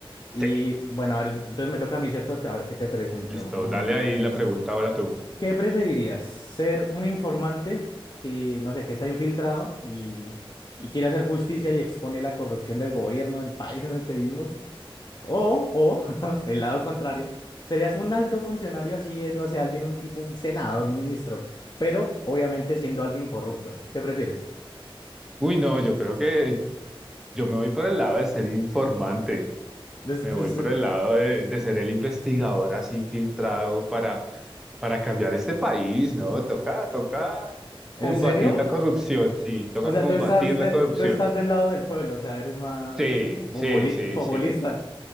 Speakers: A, on the left; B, in the centre.
A: Y
B: Sí,
A: bueno, a ver, entonces me toca a mí, ¿cierto? A ver, ¿qué te pregunto?
B: listo,
A: Mm,
B: dale ahí la pregunta ahora tú.
A: ¿qué preferirías? ¿Ser un informante que, no sé, que está infiltrado y, y quiere hacer justicia y expone la corrupción del gobierno, del país en el que vivimos? O, o, <laughs> el lado contrario, serías un alto funcionario así, eh, no sé, alguien, un tipo, un senador, un ministro, pero obviamente siendo alguien corrupto. ¿Qué prefieres?
B: Uy, no, yo creo que Yo me voy por el lado de ser informante,
A: Des-
B: me
A: <laughs> pues,
B: voy por
A: eh,
B: el lado de, de ser el investigador así infiltrado para, para cambiar este país, ¿no? Toca, toca
A: ¿en
B: combatir
A: serio?
B: la corrupción, sí, toca
A: O sea,
B: combatir
A: tú estás, del,
B: la corrupción.
A: tú estás del lado del pueblo, o sea, eres más
B: Sí,
A: populi-
B: sí, sí,
A: populista.
B: sí.